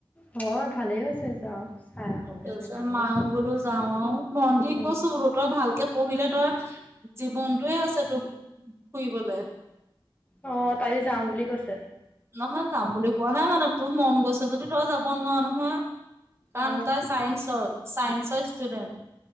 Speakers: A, on the left; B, on the right.
A: হয় ভালেই হৈছে যাওক চাই আহকগে
B: তাৰপিছত
A: জেগাবোৰ
B: মাও
A: ন
B: বোলো যাওঁ আৰু মন্দি
A: উম,
B: কৈছোঁ বোলো তই ভালকে পঢ়িলে তই জীৱনটোৱে আছে তো ফুৰিবলে।
A: অঁ তায়ো যাওঁ বুলি কৈছে।
B: নহয় যাম বুলি কোৱা নাই মানে তোৰ মন গৈছে যদি তই যাব নোৱাৰা নহয়। কাৰণ
A: অ'।
B: তাই চাইন্সত চাইন্সৰ ষ্টুডেণ্ট।